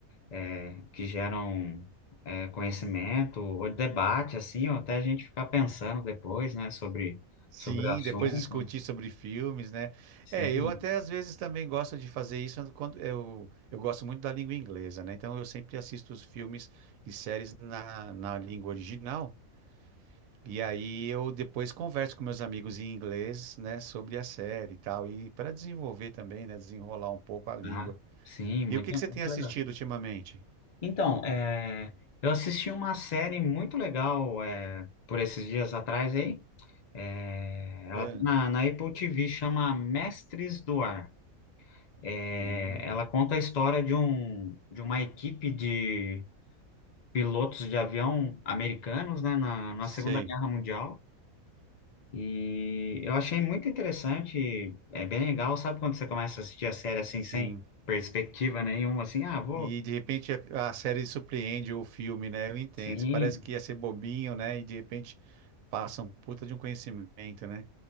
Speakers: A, on the left; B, on the right.
A: é, que geram é, conhecimento, ou debate, assim, ou até a gente ficar pensando depois, né, sobre,
B: Sim,
A: sobre o assunto.
B: depois discutir sobre filmes, né?
A: Sim,
B: É, eu até às vezes também gosto de fazer isso quando eu, eu gosto muito da língua inglesa, né? Então eu sempre assisto os filmes e séries na, na língua original. E aí eu depois converso com meus amigos em inglês, né, sobre a série e tal, e para desenvolver também, né, desenrolar um pouco a língua.
A: tá? Sim, muito,
B: E o que que você tem
A: muito
B: assistido
A: legal.
B: ultimamente?
A: Então, é, eu assisti uma série muito legal é, por esses dias atrás aí. É, ela
B: Ah,
A: tá na, na Apple TV, chama Mestres do Ar. É,
B: hum,
A: ela conta a história de um, de uma equipe de pilotos de avião americanos, né, na, na
B: sei,
A: Segunda Guerra Mundial. E eu achei muito interessante, é bem legal, sabe quando você começa a assistir a série assim,
B: sim.
A: sem perspectiva nenhuma, assim, ah, vou,
B: E de repente a a série surpreende ou o filme, né? Eu entendo.
A: sim.
B: Parece que ia ser bobinho, né? E de repente passa um puta de um conhecimento, né?